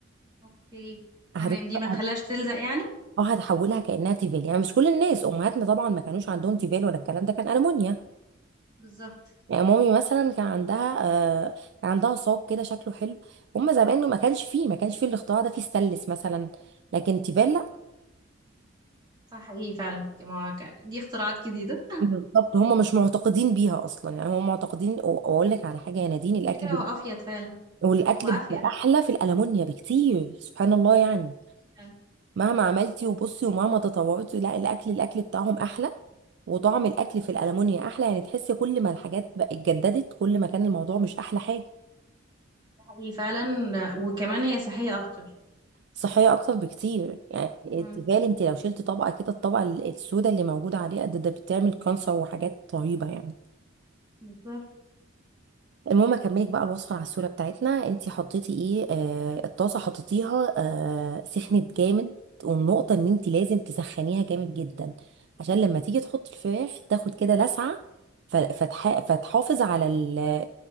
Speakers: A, on the right; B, on the right.
A: اوكي
B: هت-
A: تمام دي ما تخليهاش
B: هت-
A: تلزق يعني
B: اه هتحولها كانها تيفال يعني مش كل الناس امهاتنا طبعا ما كانوش عندهم تيفال ولا الكلام ده كان الومنيا
A: بالظبط
B: يعني مامي مثلا كان عندها آه كان عندها صاج كده شكله حلو هم زمان ما كانش فيه ما كانش فيه الاختراع ده فيه ستانلس مثلا لكن تيفال
A: صح حقيقي فعلا دي, ما... ك- دي اختراعات جديدة
B: بالظبط هم مش معتقدين بيها اصلا يعني هم معتقدين أو- واقول لك على حاجه يا نادين
A: <laughs>
B: الاكل
A: فكرة
B: بي-
A: وافيد فعلا
B: والاكل
A: وافيد
B: بيبقى احلى في الالمونيا بكتير سبحان الله يعني
A: فعلا
B: مهما عملتي وبصي ومهما تطورتي لا الاكل الاكل بتاعهم احلى وطعم الاكل في الالمونيا احلى يعني تحسي كل ما الحاجات بقى اتجددت كل ما كان الموضوع مش احلى حاجه
A: ده حقيقي فعلا وكمان هي صحية اكتر
B: صحيه اكتر بكتير يعني
A: مم.
B: تخيل انت لو شلت طبقه كده الطبقه السوداء اللي موجوده عليها ده, ده بتعمل كانسر وحاجات رهيبه يعني
A: بالظبط
B: المهم اكملك بقى الوصفه العسوله بتاعتنا انتي حطيتي ايه آه الطاسه حطيتيها آه سخنت جامد والنقطه ان انتي لازم تسخنيها جامد جدا عشان لما تيجي تحطي الفراخ تاخد كده لسعه ف- فتح فتحافظ على ال-